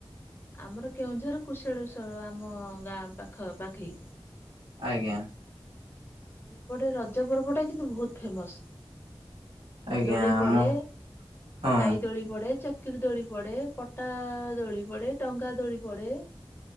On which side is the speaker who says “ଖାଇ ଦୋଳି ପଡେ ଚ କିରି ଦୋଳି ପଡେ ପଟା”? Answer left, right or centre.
Left